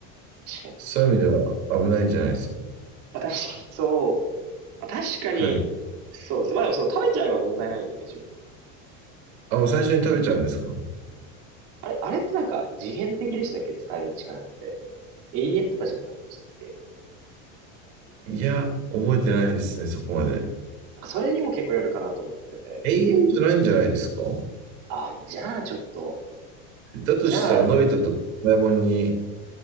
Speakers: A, on the right; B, on the right.
A: 確かに。
B: そういう意味では危ないんじゃないですか。
A: まあ確かに、そう。まあ、確かに、
B: はい。
A: そうですね。まあでもその食べちゃえば問題ないんで、自分。
B: あ、もう最初に食べちゃうんですか
A: あれ、あれってなんか次元的でしたっけ使える力って。永遠とかじゃなかったでしたっけ
B: いや、覚えてないですね、そこまで。
A: なんかそれにも結構よるかなと思ってて。
B: 永遠じゃないんじゃないですか
A: あ、じゃあちょっと、
B: だとしたら、
A: じゃあ、
B: のび太とドラえもんに